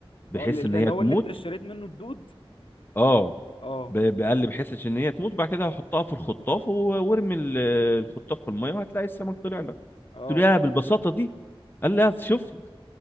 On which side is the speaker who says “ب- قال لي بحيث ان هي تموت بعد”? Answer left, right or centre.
Left